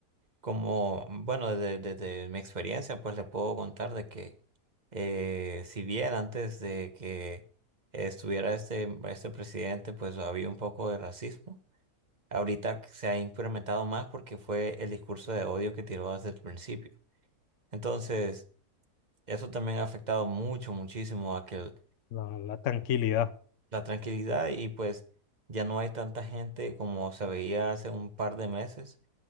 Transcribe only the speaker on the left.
la, la tranquilidad.